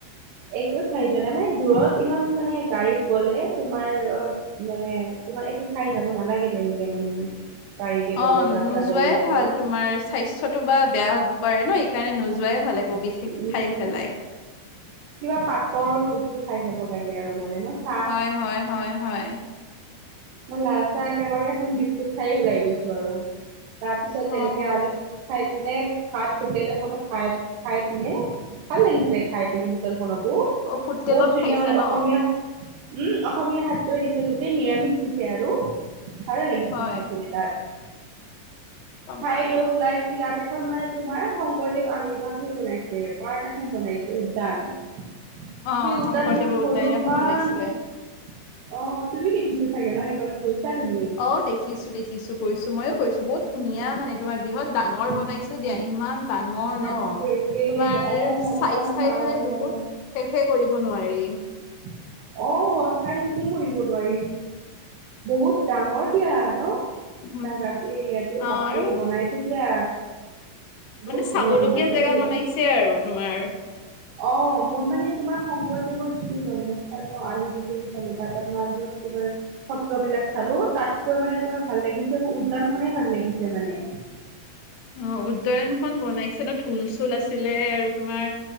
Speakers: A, on the right; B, on the left.
A: একোৱে খাই যোৱা নাই মানে দূৰত ইমান মানে গাড়ীত গলে তোমাৰ অলপ মানে তোমাৰ একো খাই যাব নালাগে তেনেকে মানে। গাড়ীৰে
B: অ
A: গ'লে যাত্ৰা
B: নোযোৱাই
A: কৰিলে
B: ভাল
A: আৰু
B: তোমাৰচ স্বাস্থ্যতটো বা বেয়া হ'ব পাৰে ন এইকাৰণে নোযোৱাই ভাল একো বিশেষ
A: উম।
B: খাই পেলাই।
A: কিবা পাতল বস্তু খাই যাব লাগে আৰু মানে মাছ।
B: হয় হয় হয় হয়।
A: মই লাল চাহ একেবাৰে এখন বিস্কুট খাই ওলাই গৈছো আৰু। তাৰ পিছত তেনেকে
B: অ
A: আমি খাই পিনে ভাত হোটেল এখনত খাই খাই পিনে ভাল লাগিছে খাই পিনে হোটেলখনতো।
B: অ হোটেলত
A: বহুত ধুনীয়া
B: খাইছা
A: মানে
B: ন?
A: অসমীয়া উম অসমীয়া শাকটোৱে দিছে গোটেই নিৰামিষ দিছে আৰু ভালো লাগিছে
B: হয়।
A: খাই পিনে তাত।
B: গম
A: খাই
B: পালো
A: লৈ ওলাই মেলি তাতে। এখন মানে তোমাৰ শংকৰদেৱ আৱিবাসে বনাইছে পাৰ্ক এখন বনাইছে উদ্যান। সেই
B: অ
A: উদ্যান
B: শংকৰদেৱৰ
A: খনত
B: উদ্যান
A: গলো তোমাৰ
B: এখন বনাইছিলে।
A: অ তুমি দেখিছা চাগে ন সেইখনণত গৈছা তুমিও।
B: অ দেখিছো দেখিছো কৰিছো ময়ো কৈছো বহুত ধুনীয়া মানে। তোমাৰ বিহত ডাঙৰ
A: উম
B: বনাইছে দিয়া, ইমান ডাঙৰ
A: বাপৰে
B: ন তোমাৰ
A: অ
B: চাই-চাই
A: ইমান ডাঙৰ
B: মানে বহুত শেষে কৰিব নোৱাৰি।
A: অ, চাই শেষেই কৰিব নোৱাৰি। বহুত ডাঙৰ দিয়া ন।
B: উম,
A: তাকাত এৰিয়াতো
B: অ
A: বাপ্ৰেই
B: আৰু
A: বনাইছে দিয়া।
B: মানে
A: বহুত
B: চাবলগীয়া
A: ধুনীয়া বনাইছে
B: জেগা
A: দেই।
B: বনাইছে আৰু তোমাৰ।
A: অ মই মানে তোমাৰ শংকৰদেৱৰ যিটো জন্মস্থান ন', আলি পুখুৰী চালো বা তাৰমাৰ য'ত তোমাৰ সত্ৰবিলাক চালো তাতকৈ মানে তোমাৰ ভাল লাগিছে মোৰ উদ্যান খনে ভাল লাগিছে মানে।
B: অ, উদ্যানখন বনাইছে ন ঢুল চুল আছিলে আৰু তোমাৰ